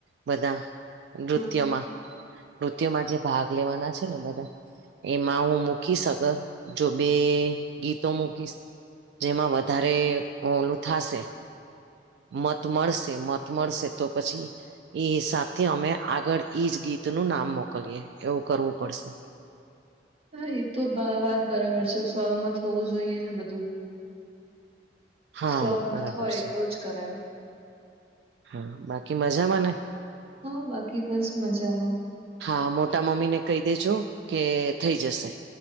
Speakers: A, on the right; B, on the right.
A: બધા નૃત્યમાં
B: હા
A: નૃત્યમાં જે ભાગ લેવાના છે ને બધા એમા હું મૂકી સકર જો બે ગીતો મૂકી જેમાં વધારે ઓલું થશે. મત મળશે મત મળશે તો પછી એ હિસાબથી અમે આગળ એઈજ ગીતનું નામ મોકલીએ એવું કરવું પડશે.
B: હા એ તો વાત બરાબર છે સહમત હોવું જોઈએ ને બધું.
A: હા
B: સહમત
A: બરાબર
B: હોય
A: છે.
B: તો જ કરાય
A: હ બાકી મજામાંને
B: હા બાકી બસ મજામાં
A: હા મોટા મમ્મી ને કહી દેજો કે થઈ જશે